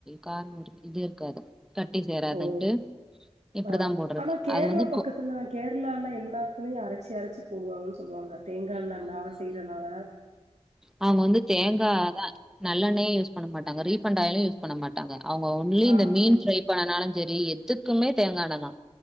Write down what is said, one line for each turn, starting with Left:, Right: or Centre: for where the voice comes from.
Centre: கார்ணம் இது இருக்காது கட்டி சேராதுன்ட்டு
Right: ஓ
Centre: இப்டிதா
Right: ஆ
Centre: போட்றது
Right: ஆனா கேரளா
Centre: அது வந்து
Right: பக்கத்துல
Centre: கோ
Right: கேரளால எல்லாத்துலியு அரச்சி அரச்சி போடுவாங்கன் சொல்லுவாங்க தேங்கா எண்ணெனால செய்றனால
Centre: அவுங்க வந்து தேங்காதா நல்லெண்ணையே யூஸ் பண்ண மாட்டாங்க ரீஃபண்ட் ஆயிலு யூஸ் பண்ண மாட் ட்டாங்க அவுங்க ஒன்லி
Right: ஆமா
Centre: இந்த மீன் ஃபிரைப் பண்ணனாலுஞ் செரி எதுக்குமே தேங்கா எண்ணெதா